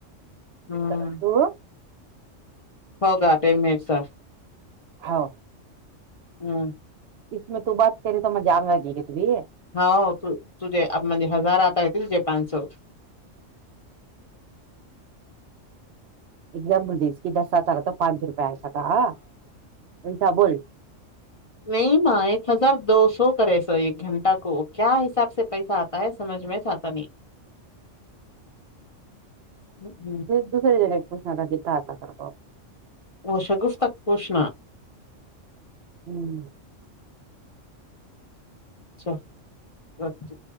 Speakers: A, on the left; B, on the right.
A: ہوں
B: سرسو
A: ہوگا ٹ منٹسا
B: ہاں
A: ہوں
B: اس میں تو بات کرے تو م جام آگے گ ت بھی
A: ہاں تجھے مے ہزار آتا رہتے تھے پان سو
B: ایگزامپل دس کے دساتارا تو پانچ روپئے پ س کاا ہ ان بول
A: نہیں ماں ایک ہزار دو سو کرے سر ایک گھنٹہ کو کیا حساب سے پیسہ آتا ہے سمجھ میں آتا نہیں ہوں، ہوں،
B: دوسرے جگ ایک پرشن آ تھا گتا آ کرر
A: وہ شگف تک پوچھنا
B: ہوں
A: اچھا اچا